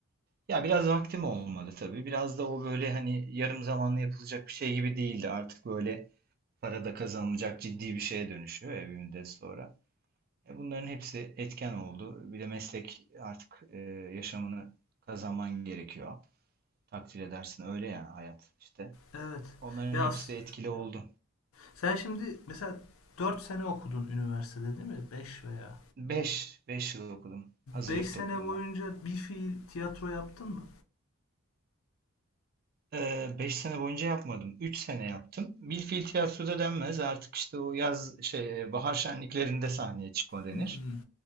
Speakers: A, on the right; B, on the left.
A: Ya biraz vaktim olmadı tabii. Biraz da o böyle hani yarım zamanlı yapılacak bir şey gibi değildi. Artık böyle para da kazanılacak ciddi bir şeye dönüşüyor ya bir müddet sonra. E bunların hepsi etken oldu. Bir de meslek artık e, yaşamını kazanman gerekiyor. Takdir edersin öyle ya hayat işte.
B: Evet.
A: Onların
B: Ya
A: hepsi
B: as-
A: etkili oldu.
B: sen şimdi mesela 4 sene okudun üniversitede değil mi? 5 veya
A: Beş beş yıl okudum. Hazırlıkta
B: 5 sene
A: okudum
B: boyunca
A: ben.
B: bir fiil tiyatro yaptın mı?
A: E, 5 sene boyunca yapmadım. 3 sene yaptım. Bilfil tiyatroda denmez. Artık işte o yaz şey bahar şenliklerinde sahneye çıkma denir.
B: Hmm,